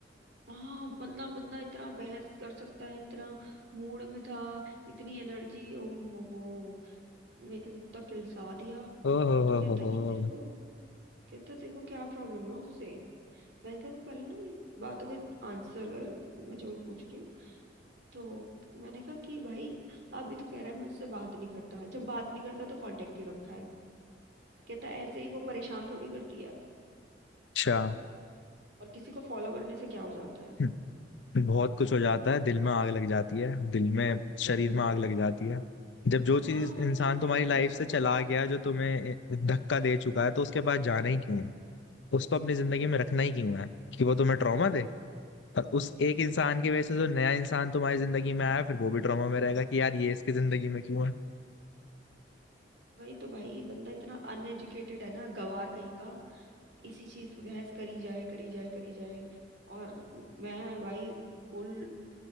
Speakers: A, on the right; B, on the left.
A: हाँ बंदा बंदा इतना बहस कर सकता है इतना मूड में था इतनी एनर्जी ओहो हो हो मेरे को तो इतना किलसा दिया
B: ओ हो
A: तो
B: हो
A: कहता
B: हो हो,
A: कि तेरे को कहता तेरे को क्या प्रॉब्लम है उससे मैंने कहा तो पहले ना मेरी बातों का आंसर कर मैं जो भी पूछ रही हूँ तो मैंने कहा कि भाई अभी तू कह रहा है मैं उससे बात नहीं करता जब बात नहीं करता तो कांटेक्ट क्यों रखा है कहता है ऐसे ही वो परेशान थोड़ी करती है
B: अच्छा
A: और किसी को फॉलो करने से क्या हो जाता है
B: हम्म, बहुत कुछ हो जाता है दिल में आग लग जाती है दिल में शरीर में आग लग जाती है जब जो चीज
A: हाँ भाई
B: इंसान
A: चलना
B: तुम्हारी
A: ही नहीं
B: लाइफ से
A: अगर
B: चला गया जो तुम्हें धक्का दे चुका है तो उसके पास जाना ही क्यों है उसको अपनी जिंदगी में रखना ही क्यों है कि वो तुम्हें ट्रॉमा दे और उस एक इंसान की वजह से जो नया इंसान तुम्हारी जिंदगी में आया फिर वो भी ट्रॉमा में रहेगा कि यार ये इसकी जिंदगी में क्यों है
A: वही तो भाई बंदा इतना अनएजुकेटेड है ना गवार कहीं का इसी चीज पे बहस करी जाए करी जाए करी जाए और मैं भाई फुल